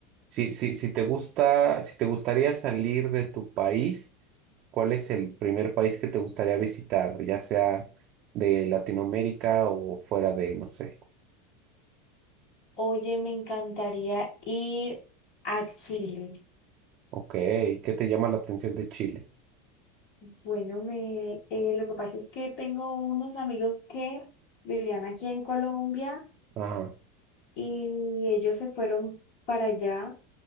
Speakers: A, on the right (about 50°); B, on the left (about 60°).
A: sí, sí, si te gusta, si te gustaría salir de tu país, ¿cuál es el primer país que te gustaría visitar, ya sea de Latinoamérica o fuera de, no sé?
B: oye, me encantaría ir a Chile.
A: Ok, ¿qué te llama la atención de Chile?
B: Bueno, me, eh, lo que pasa es que tengo unos amigos que vivían aquí en Colombia
A: Ajá,
B: y ellos se fueron para allá